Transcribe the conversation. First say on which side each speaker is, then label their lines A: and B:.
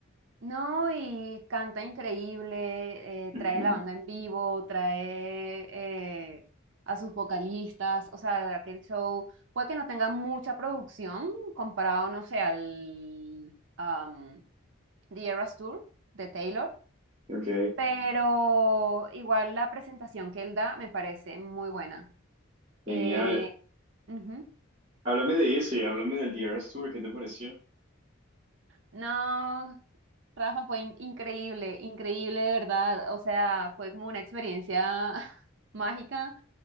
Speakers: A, on the right (about 60°); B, on the right (about 30°).
A: No, y canta increíble, eh,
B: Ujú.
A: trae la banda en vivo, trae eh, a sus vocalistas, o sea, aquel show puede que no tenga mucha producción comparado, no sé, al am, The Eras Tour de Taylor,
B: Ok,
A: pero igual la presentación que él da me parece muy buena.
B: genial.
A: Eh, ujú.
B: Háblame de ese, háblame del The Eras Tour, ¿qué te pareció?
A: No, Rafa, fue in- increíble, increíble de verdad, o sea, fue como una experiencia <laughs> mágica.